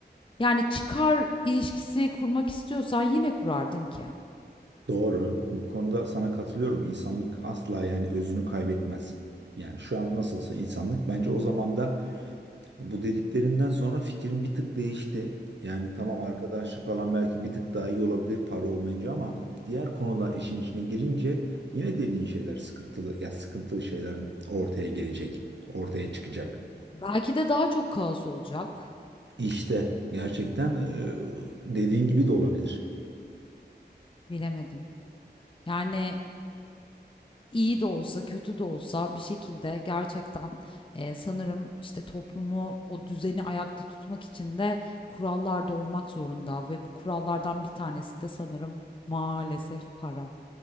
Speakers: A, on the left (about 30°); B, on the right (about 80°).
A: yani çıkar ilişkisi kurmak istiyorsan yine kurardın ki.
B: <laughs> Doğru. Bu konuda sana katılıyorum. İnsanlık asla yani özünü kaybetmez. Yani şu an nasılsa insanlık bence o zaman da E, Bu dediklerinden sonra fikrim bir tık değişti. Yani tamam arkadaşlık falan belki bir tık daha iyi olabilir para olmayınca ama diğer konular işin içine girince yine dediğin şeyler sıkıntılı ya sıkıntılı şeyler ortaya gelecek, ortaya çıkacak.
A: Belki de daha çok kaos olacak.
B: İşte gerçekten e, dediğin gibi de olabilir.
A: Bilemedim. Yani iyi de olsa, kötü de olsa bir şekilde gerçekten e, sanırım işte toplumu o düzeni ayakta tutmak için de kurallar da olmak zorunda ve bu kurallardan bir tanesi de sanırım maalesef para.